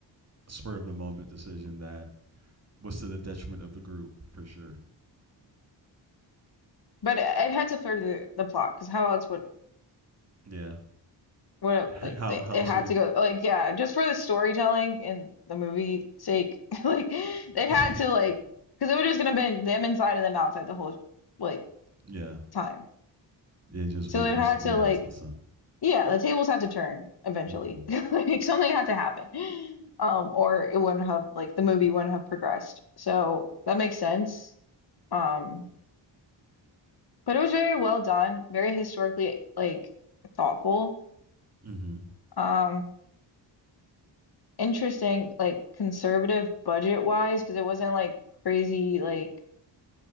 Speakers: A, on the right; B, on the left.
A: spur of the moment decision that was to the detriment of the group for sure.
B: But it had to further the plot, because how else would
A: Yeah.
B: what
A: <laughs>
B: like
A: how
B: they,
A: how
B: they
A: sort
B: had
A: of
B: to go like yeah just for the storytelling and the movie sake <laughs> like they
A: <laughs>
B: had to like because it would just gonna been them inside and them outside the whole like
A: yeah.
B: time
A: Yeah, just
B: so
A: wait
B: it
A: just
B: had
A: wait
B: to like
A: out to the sun.
B: yeah the tables had to turn eventually
A: Mm-hmm.
B: <laughs> like something had to happen um or it wouldn't have like the movie wouldn't have progressed so that makes sense um but it was very well done very historically like thoughtful
A: Mm-hmm.
B: Um. interesting, like conservative budget wise, because it wasn't like crazy, like